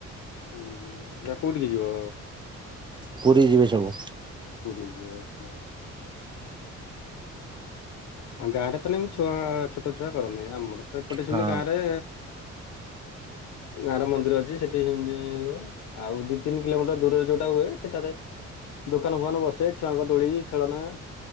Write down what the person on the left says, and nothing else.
ହୁଁ, ହୁଁ ଯା କୋଉଠିକି ଯିବ?
ପୁରୀ ଯିବ ହଁ, ହଁ। ଆଉ ଗାଁ ରେ ତ ନାହିଁ ଛୁଆ ଛୋଟ ଛୁଆ କରନ୍ତିି, ଆମର ତ ଏପଟେ ସେମିତି
ଗାଁରେ ଗାଁ ରେ ମନ୍ଦିର ଅଛି ସେଠି ସେମିତି ହୁଏ। ଆଉ ଦି ତିନି କିଲୋମିଟର ଦୂରରେ ଯୋଉଟା ହୁଏ, ସେଟାରେ ଦୋକାନ ଫୋକାନ ବସେ ଛୁଆଙ୍କ ଡୋଳି ଖେଳନା